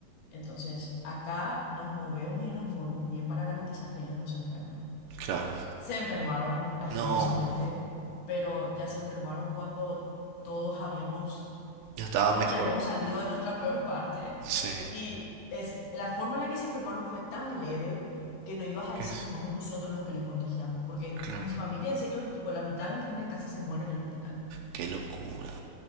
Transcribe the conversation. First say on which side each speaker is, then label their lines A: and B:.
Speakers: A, on the left; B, on the right.
A: Entonces, acá nos movemos y nos movemos bien para garantizar que ellos no se enfermen.
B: claro.
A: Se enfermaron, lastimosamente,
B: No,
A: pero ya se enfermaron cuando todos habíamos,
B: yo estaba
A: todos
B: mejor.
A: ya habíamos salido de nuestra peor parte
B: Sí,
A: y es, la forma en la que se enfermaron fue tan leve que no ibas a
B: ¿qué
A: decir
B: es?
A: que fuimos nosotros los que les contagiamos, porque
B: Claro.
A: mi familia, en serio, tipo la mitad de mi familia casi se muere en el hospital.
B: Qué locura,